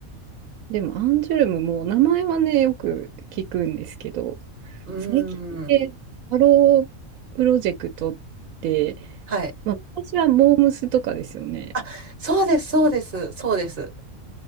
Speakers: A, on the right; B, on the right.
A: でも、アンジュルムも名前はね、よく聞くんですけど、
B: うー
A: 最近ってハロープロジェクトって、
B: ん。はい。
A: まあ、私はモームスとかですよね。
B: あ、そうです、そうです、そうです。